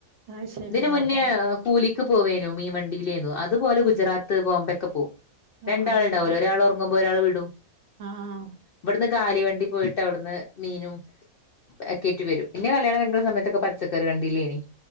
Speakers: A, on the right; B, on the left.
A: അത് ശെരി
B: ഇതിന് മുന്നേ
A: അപ്പൊ
B: കൂലിക്ക് പോവേനും മീ വണ്ടീലേന്നു അത്പോലെ
A: ആഹ്
B: ഗുജറാത്ത് ബോംബക്കെ പോവും
A: ആഹ്
B: രണ്ടാൾ
A: അത്
B: ണ്ടാവലോ
A: ശെരി
B: ഒരാൾ ഒറങ്ങുമ്പോ ഒരാൾ വിടും
A: ആഹ്
B: ഇവിട്ന്ന് കാലി വണ്ടി പോയിട്ട് അവിട്ന്ന് മീനും ഒക്കെയ്റ്റ് വരും ഇന്നെ കല്യാണകഴി ഇ സമയത്തൊക്കെ പച്ചക്കറി വണ്ടിലേനി.